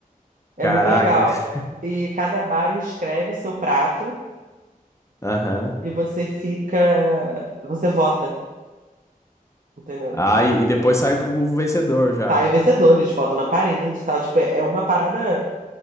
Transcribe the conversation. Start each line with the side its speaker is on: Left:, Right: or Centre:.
Right: É
Left: caraca.
Right: muito legal.
Left: <laughs>
Right: E cada bar inscreve o seu prato
Left: Aham.
Right: e você fica. Você vota, entendeu?
Left: Ah, e, e depois sai com o vencedor já.
Right: Sai o vencedor, eles botam na parede e tal. Tipo, é é uma parada